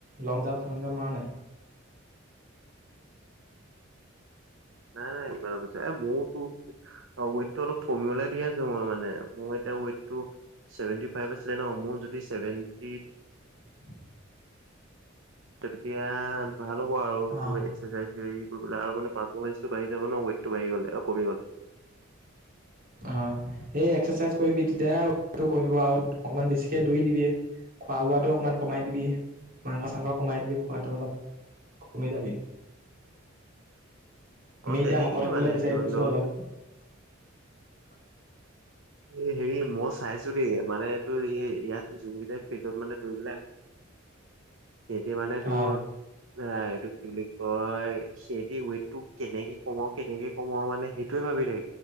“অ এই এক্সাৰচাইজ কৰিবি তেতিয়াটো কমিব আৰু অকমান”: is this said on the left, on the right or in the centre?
Right